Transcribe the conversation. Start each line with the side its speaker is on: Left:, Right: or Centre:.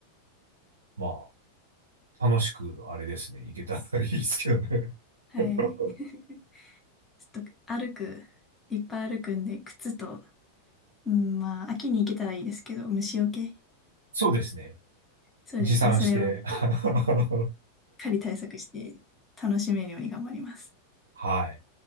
Right: まあ。楽しく、あれですね、いけたらいいですけどね。
Left: はい。
Right: <laughs>
Left: <laughs> ちょっと歩く、いっぱい歩くんで、靴と、うん、まあ、秋に行けたらいいですけど、虫除け。
Right: そうですね。
Left: そうですね。
Right: 持参して。
Left: それは、しっ
Right: <laughs>
Left: かり対策して、楽しめるように頑張ります。
Right: はい。